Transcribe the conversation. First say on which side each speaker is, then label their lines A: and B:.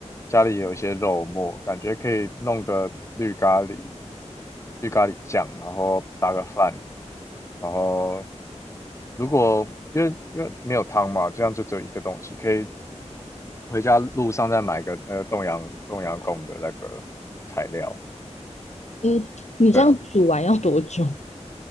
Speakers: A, on the left; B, on the left.
A: 家里有一些肉末，感觉可以弄个绿咖喱、绿咖喱酱，然后搭个饭，然后如果因为因为没有汤嘛，这样就只有一个东西，可以回家路上再买个那个冻阳冻阳贡的那个材料，
B: 嗯，你这样煮完要多久？
A: 对啊，